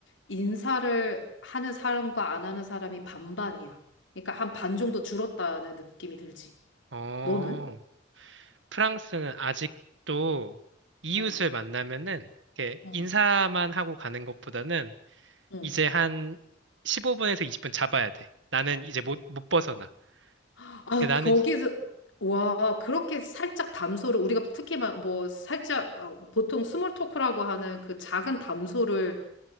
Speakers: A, on the left (about 80°); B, on the right (about 75°).
A: 인사를 하는 사람과 안 하는 사람이 반반이야. 그러니까 한 반 정도 줄었다는 느낌이 들지.
B: 어,
A: 너는?
B: 프랑스는 아직도 이웃을
A: 어,
B: 만나면은 이렇게
A: 어,
B: 인사만 하고 가는 것보다는
A: 어.
B: 이제 한 15분에서 20분 잡아야 돼. 나는 이제 못, 못 벗어나.
A: 아,
B: 근데 나는,
A: 거기에서, 와, 그렇게 살짝 담소를, 우리가 특히 막 뭐 살짝, 어, 보통 스몰 토크라고 하는 그 작은 담소를